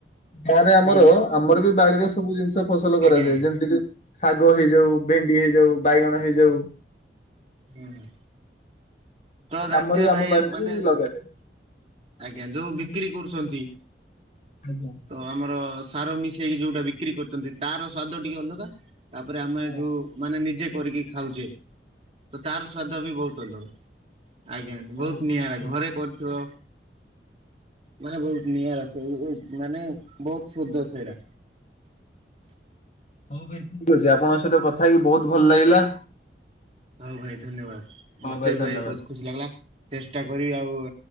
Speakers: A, on the left; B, on the right.
A: ଗାଁରେ ଆମର
B: ହୁଁ
A: ଆମର ବି ବାଡିରେ ସବୁ ଜିନିଷ ଫସଲ
B: ଆଜ୍ଞା
A: କରାଯାଏ
B: ଆଜ୍ଞା
A: ଯେମିତିକି ଶାଗ ହେଇଯାଉ ଭେଣ୍ଡି ହେଇଯାଉ, ବାଇଗଣ ହେଇଯାଉ।
B: ହୁଁ ହୁଁ ତ ଜାଣିଥିବେ
A: ଆମର ବି ଆମ
B: ଭାଇ
A: ବାଡିରେ
B: ମାନେ
A: ବି ଲଗାଯାଏ।
B: ଆଜ୍ଞା ଯୋଉ ବିକ୍ରି କରୁଛନ୍ତି
A: ଆଜ୍ଞା।
B: ତ ଆମର ସାର ମିଶେଇକି ଯୋଉଟା ବିକ୍ରି କରୁଛନ୍ତି ତାର ସ୍ଵାଦ ଟିକେ ଅଲଗା। ତାପରେ ଆମେ
A: ହଁ
B: ଯୋଉ ମାନେ ନିଜେ କରିକି ଖାଉଚେ ତ ତାର ସ୍ଵାଦ ବି ବୋହୁତ ଅଲଗା। ଆଜ୍ଞା ତ
A: ହଉ
B: ଭୋଉତ ନିଆରା
A: ଠିକ
B: ଘରେ କରୁଥିବ ମାନେ ଭୋଉତ ନିଆରା ସେଇ ଏଇ ମାନେ ବୋହୁତ ଶୁଦ୍ଧ ସେଇଟା।
A: ହଉ ଭାଇ ଠିକ୍ ଅଛି ଆପଣଙ୍କ ସହିତ କଥା ହେଇକି ବୋହୁତ ଭଲ ଲାଗିଲା।
B: ହଉ ଭାଇ ଧନ୍ୟବାଦ
A: ହଉ
B: ମତେ ବି
A: ଧନ୍ୟବାଦ
B: ଭାଇ ଭୋଉତ ଖୁସି ଲାଗିଲା ଚେଷ୍ଟା କରିବି ଆଉ